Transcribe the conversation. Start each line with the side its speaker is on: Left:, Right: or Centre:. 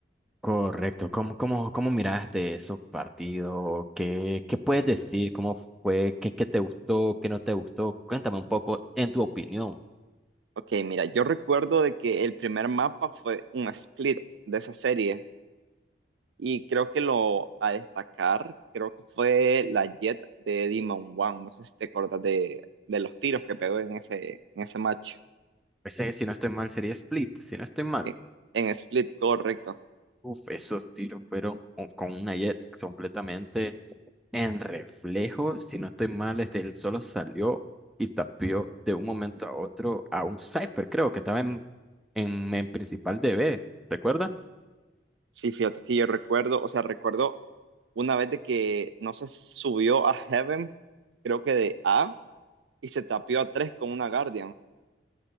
Centre: Correcto. ¿Cómo, cómo, cómo miraste ese partido? ¿Qué, qué puedes decir? ¿Cómo fue? ¿Qué, qué te gustó? ¿Qué no te gustó? Cuéntame un poco en tu opinión.
Right: Ok, mira, yo recuerdo de que el primer mapa fue un split de esa serie Y creo que lo a destacar, creo que fue la Jet de Demon One. No sé si te acordás de, de los tiros que pegó en ese, en ese match.
Centre: Pues, eh, si no estoy mal, sería Split. Si no estoy mal.
Right: En, en Split, correcto.
Centre: Uf, esos tiros fueron con con una jet completamente En reflejo, si no estoy mal, este, él solo salió y tapió de un momento a otro a un Cypher, creo que estaba en, en, en principal D B, ¿recuerda?
Right: Sí, fíjate que yo recuerdo, o sea, recuerdo una vez de que no se subió a Heaven, creo que de A, y se tapió a 3 con una Guardian.